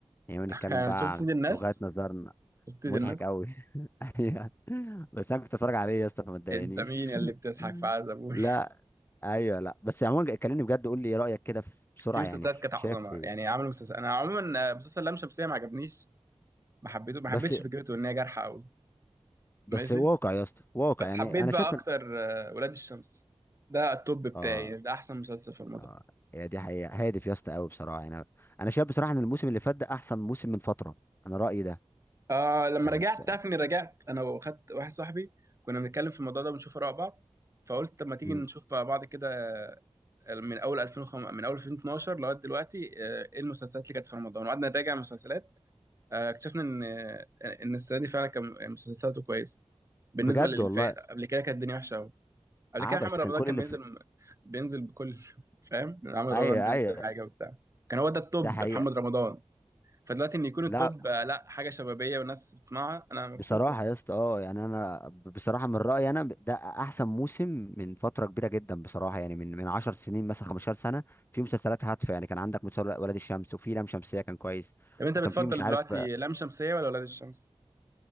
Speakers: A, on the left (about 20°); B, on the right (about 30°).
A: يعني بنتكلم
B: <laughs>
A: بقى
B: شفت
A: عن
B: سيد الناس؟
A: وجهات نظرنا
B: شفت سيد
A: مضحك
B: الناس؟
A: قوي <laughs> أيوة. بس انا كنت اتفرج عليه يا اسطى فما تضايقنيش
B: انت مين يا
A: <laughs>
B: اللي بتضحك في عز ابوي؟
A: لا ايوه لا بس عموما كلمني بجد قول لي ايه رايك كده في- بسرعه
B: <laughs> في مسلسلات
A: يعني في-
B: كانت عظمه
A: شايف ايه
B: يعني عملوا مسلسل انا عموما آه، مسلسل لام شمسيه ما عجبنيش ما حبيته ما
A: بس
B: حبيتش فكرته ان هي جارحه قوي
A: بس
B: ماشي
A: واقع يا اسطى واقع
B: بس
A: يعني
B: حبيت
A: انا
B: بقى
A: شايف
B: اكتر
A: إن-
B: آه، ولاد الشمس ده التوب بتاعي
A: اه
B: ده احسن مسلسل في رمضان
A: اه هي دي حقيقة هادف يا اسطى قوي بصراحة يعني انا أنا شايف بصراحة ان الموسم اللي فات ده احسن موسم من فترة انا رأيي ده
B: آه لما
A: يعني
B: رجعت
A: بس...
B: تعرف اني رجعت انا واخدت واحد صاحبي كنا بنتكلم في الموضوع ده بنشوف اراء بعض فقلت طب ما تيجي
A: مم.
B: نشوف بقى بعض كده آه، من اول 2005 من اول 2012 لغايه دلوقتي آه، ايه المسلسلات اللي كانت في رمضان وقعدنا نراجع المسلسلات آه، اكتشفنا ان آه، ان السنه دي فعلا كان مسلسلاته كويسه بالنسبه
A: بجد
B: للي
A: والله
B: فات قبل كده كانت الدنيا وحشه قوي قبل
A: عبس
B: كده محمد
A: كان
B: رمضان
A: كل
B: كان
A: اللي
B: بينزل
A: في
B: بينزل بكل <laughs> فاهم محمد
A: ايوه
B: رمضان بينزل
A: ايوه
B: حاجه وبتاع كان هو ده التوب
A: ده حقيقة
B: محمد رمضان فدلوقتي ان يكون التوب
A: لا
B: آه، لا حاجه شبابيه والناس بتسمعها انا مبسوط
A: بصراحة يا اسطى اه يعني انا ب- بصراحة من رأيي انا ده احسن موسم من فترة كبيرة جدا بصراحة يعني من من 10 سنين مثلا 15 سنة في مسلسلات هادفة يعني كان عندك مسلسل ولاد الشمس وفي لام شمسية كان كويس
B: طب انت
A: وكان
B: بتفضل
A: في مش عارف
B: دلوقتي لام شمسيه ولا ولاد الشمس